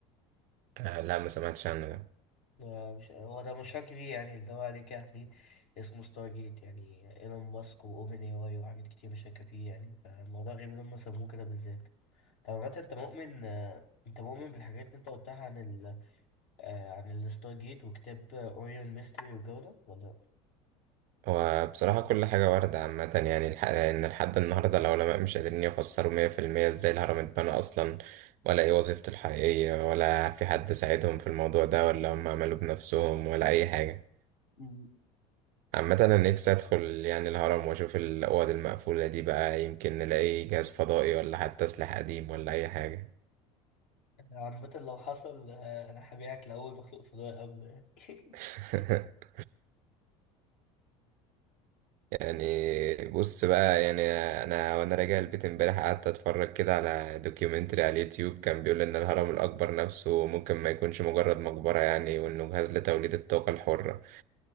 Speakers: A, on the right (about 60°); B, on the left (about 65°).
A: آه لا ما سمعتش عنه ده
B: ما- مش هو ده مشروع كبير يعني اللي هو عليك هتلاقيه اسمه ستار جيت يعني ايلون ماسك واوبن اي واي وحاجات كتير مشاركة فيه يعني فالموضوع غريب ان هم سموه كده بالذات طب بجد انت مؤمن آه، انت مؤمن بالحاجات اللي انت قلتها عن ال آه، عن الستار جيت وكتاب اوريون ميستري والجو ده ولا لأ؟
A: وبصراحة كل حاجة واردة عامة يعني الح- إن لحد النهاردة العلماء مش قادرين يفسروا مية في المية إزاي الهرم اتبنى أصلا ولا إيه وظيفته الحقيقية ولا في حد ساعدهم في الموضوع ده ولا هم عملوا بنفسهم ولا أي حاجة
B: مم.
A: عامة أنا نفسي أدخل يعني الهرم وأشوف الأوض المقفولة دي بقى يمكن نلاقي جهاز فضائي ولا حتى سلاح قديم ولا أي حاجة
B: عامة لو حصل آه، انا هبيعك لأول مخلوق فضائي قبله يعني
A: <laughs>
B: <laughs>
A: يعني بص بقى يعني انا وانا راجع البيت امبارح قعدت اتفرج كده على دوكيومنتري على اليوتيوب كان بيقول ان الهرم الاكبر نفسه ممكن ما يكونش مجرد مقبرة يعني وانه جهاز لتوليد الطاقة الحرة